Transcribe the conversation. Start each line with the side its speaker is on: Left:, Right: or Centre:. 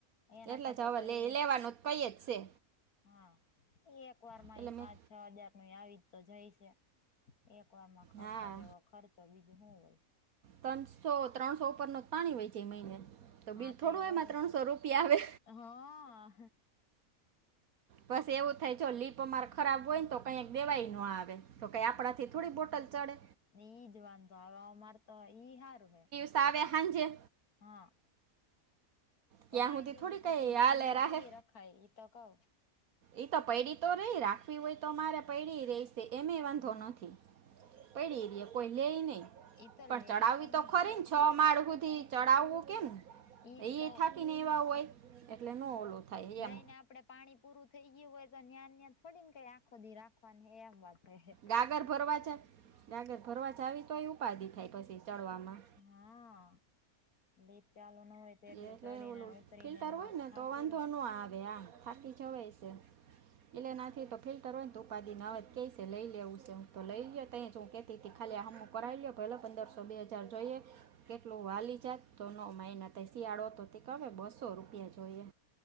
Left: એના
Right: એટલે
Left: કરતા
Right: જ હવે
Left: તો
Right: લે
Left: એ
Right: લેવાનુ કૈત છે.
Left: હા એ એક વાર માં
Right: એટલે
Left: એ
Right: મેં
Left: પાંચ છ હાજાર ન આવી જ તો જઈ છે. એક વારમા ખર્ચા
Right: હા
Left: બેવ ખર્ચો બીજું શું હોય.
Right: ત્રણસો ત્રણસો ઉપર ન પાણી હોય છે, મહિને તો
Left: હા
Right: બિલ થોડું
Left: એ
Right: હોય એમાં ત્રણસો
Left: જ
Right: રૂપિયા આવે.
Left: હા
Right: બસ એવું થાય જો લીપ અમારે ખરાબ હોય, ને તો કઈક દેવાઈ ન આવે તો કઈ આપણા થી થોડી બોટલ ચડે
Left: ને ઈ જ વાંધ તો હ અમારે તો ઈ સારુ હે
Right: સાાવ્યા હંજ
Left: હા તો
Right: ત્યાં
Left: હાાઈ
Right: સુધી
Left: જુદી
Right: થોડી
Left: પછી
Right: કંઈ
Left: ન્યા
Right: હાલે
Left: ન્યા
Right: રાહે
Left: થોડી રખાય તો કવ
Right: એ તો પૈડી તો રહી રાખવી હોય તો મારે પૈડી રેશે એમે વાંધો
Left: હા
Right: નથી. પડી રએ કોઈ લેઈ નહ
Left: ઈ તો
Right: પણ
Left: લેય
Right: ચડાવી
Left: નહી
Right: તો ખરી ને છ માળ બુંધી ચડાવવું કેમ
Left: ઈદગા
Right: થઠાકીને એવા હોય એટલે ન ઓલું થાય,
Left: નઈ
Right: એમ
Left: ને આપડે પાણી પૂરું થઈ ગયું હોય તો ન્યા્યાં થોડી ને કઈ આખો દી રાખવાનુંને એમ વાત હે
Right: ગાગર ભરવા જ ગાગર ભરવા જ આવી તોય ઉપાધિ થાય પછી ચડવામા
Left: હા લીપચાલુ ન હોય. તો એટલું
Right: એટલે
Left: ચડીને
Right: ઓલું
Left: ને ઉતરીને
Right: ફિલ્ટર હોય
Left: બાપ
Right: ને
Left: થાકી
Right: તો વાંધો
Left: રે
Right: ન આવે આ થાકી જવાય છે. એટલે નાથી તો ફિલ્ટર હોય ને ઉપાિ નાવેજ ક લઈ લેવું છે, હું તો લઈ લ ત હુ ખાલી હમુ કરાવી લ્યો પેલો પંદરસો બે હજાર જોઈએ. કેટલું વાલી જાત તો ન માિના થ શિયાળો તો તે કવે બસો રૂપિયા જોઈએ.